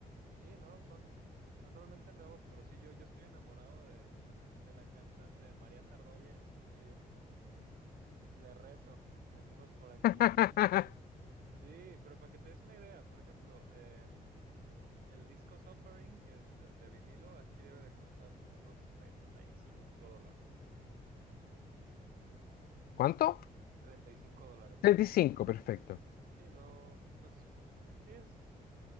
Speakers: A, on the right (about 80°); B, on the left (about 85°).
A: Sí, no, son, son realmente nuevos, pero sí, yo, yo estoy enamorado de, de la cantante María Sardoya. Sí, le rezo, decimos por aquí.
B: <laughs>
A: Sí, pero para que te des una idea, por ejemplo, eh, el disco Submarine, que es eh, de vinilo, aquí debe de costar como unos 35 dólares.
B: ¿Cuánto?
A: 35 dólares.
B: Treinta y cinco, perfecto.
A: Sí, no, pues sí es